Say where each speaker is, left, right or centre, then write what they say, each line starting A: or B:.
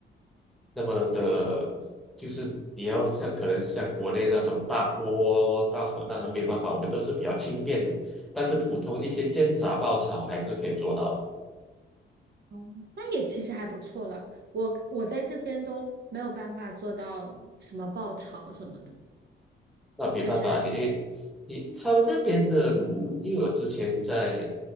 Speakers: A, in the centre; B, on the right.
A: 那么的，就是你要像可能像国内那种大锅大火那个没办法，我们都是比较轻便的，但是普通一些煎炸爆炒还是可以做到的。
B: 哦，那也其实还不错了。我我在这边都没有办法做到什么爆炒什么的，
A: 那没办法，
B: 就是
A: 你你他们那边的炉，因为我之前在